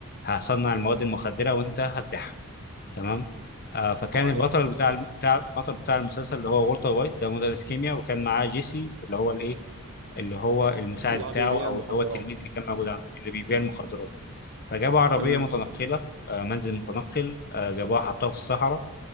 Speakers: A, on the left; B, on the right.
A: هصنع المواد المخدرة وأنت هتبيعها تمام آه فكان
B: كويس
A: البطل بتاع بتاع البطل بتاع المسلسل اللي هو والتر وايت ده مدرس كيمياء وكان معاه جيسي اللي هو الايه اللي هو المساعد
B: اللي هو
A: بتاعه
B: بيبيع
A: او
B: المخدرات
A: اللي هو التلميذ اللي كان موجود عنده اللي بيبيع المخدرات فجابوا عربيه
B: امم
A: متنقله آه منزل متنقل آه جابوها حطوها في الصحراء